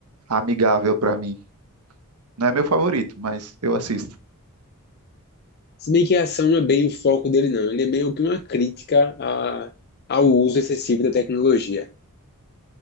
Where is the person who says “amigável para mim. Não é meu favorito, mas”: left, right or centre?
Right